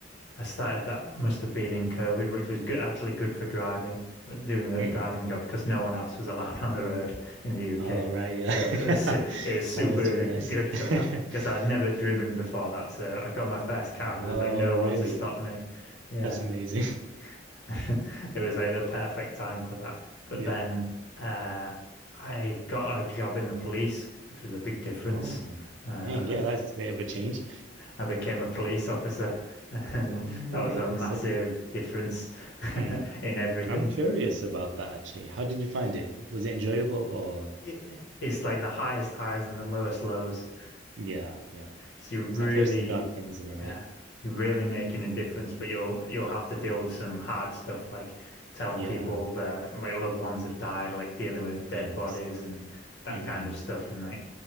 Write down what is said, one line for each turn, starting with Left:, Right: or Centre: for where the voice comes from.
Left: I started that must have been in COVID, which was good, actually good for driving, doing those
Right: Mm.
Left: driving jobs because no one else was allowed <laughs> on the road in the UK.
Right: All right. Yeah.
Left: So it
Right: <laughs>
Left: was it was super
Right: That must have been nice.
Left: good for
Right: <laughs>
Left: that because I'd never driven
Right: Mm.
Left: before that. So I got my first car
Right: Oh,
Left: and there was like no
Right: really?
Left: one to stop me. Yeah,
Right: That's amazing.
Left: <laughs> it was like the perfect time for that. But
Right: <laughs>
Left: then
Right: Yeah.
Left: uh, I got a job in the police, which was a big difference.
Right: Oh,
Left: Uh,
Right: dang. Yeah, that's a bit of a change.
Left: I became a police officer, <laughs> and
Right: Oh, no way.
Left: that was a massive
Right: That's so cool.
Left: difference <laughs>
Right: Mm.
Left: in everything.
Right: I'm curious about that actually. How did you find it? Was it enjoyable or?
Left: It, it's like the highest highs and the lowest lows. <laughs>
Right: Yeah. Yeah.
Left: So you really,
Right: I've heard some dark things about
Left: yeah,
Right: it.
Left: you're really making a difference,
Right: Mm.
Left: but you'll you'll have to deal with some hard stuff like telling
Right: Yeah.
Left: people their like loved ones have died, like dealing with
Right: Yeah.
Left: dead bodies
Right: That's it.
Left: and that
Right: Mm.
Left: kind of stuff, and like